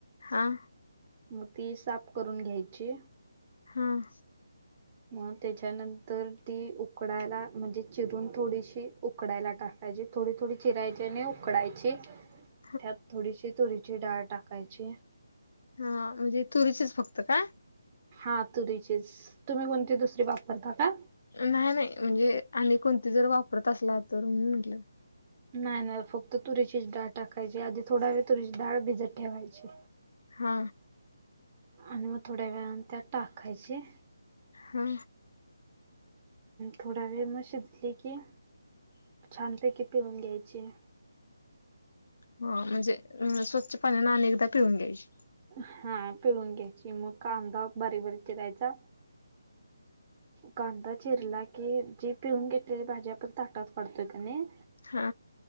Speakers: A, on the left; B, on the right.
A: हां.
B: मग ती साफ करून घ्यायची.
A: हां.
B: मग त्याच्यानंतर ती उकडायला म्हणजे चिरून थोडीशी उकडायला टाक त्याजे थोडी- थोडी चिरायची आणि उकडायची.
A: <inaudible>
B: त्यात थोडीशी तुरीची डाळ टाकायची.
A: हा म्हणजे तुरीचेच फक्त काय?
B: हा तुरीचीच तुम्ही कोणती दुसरी वापरता का?
A: नाही- नाही म्हणजे आणि कोणती जर वापरत असला तर म्हंटलं.
B: नाही- नाही. फक्त तुरीचीच डाळ टाकायची आधी थोड वेळ तुरीची डाळ भिजत ठेवायची.
A: हा.
B: आणि मग थोड्या वेळान त्यात टाकायची.
A: हा.
B: थोडा वेळ मग शिजली की <unintelligible> ती पिळून घ्यायची.
A: हा म्हणजे स्वच्छ पाण्याने अनेकदा पिळून घ्यायची.
B: हा पिळून घ्यायची. मग कांदा बारीक बारीक चिरायचा कांदा चिरला की जी पिळून घेतलेली भाजी आपण ताटात काढतोय की नाही.
A: हा.